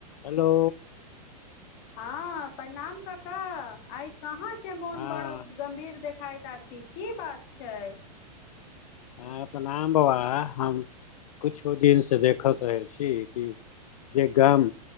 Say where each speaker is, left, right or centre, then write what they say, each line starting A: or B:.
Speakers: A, on the left (about 60°); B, on the left (about 30°).
A: हेलो
B: हँ प्रणाम क का ऽ आइ कहाँ के मोन
A: हँ
B: बड़ गम्भीर देखायता छी की बात छई।
A: हँ प्रणाम बोआ हम किछो दिनसँ देखैत रहै छी कि जे गाम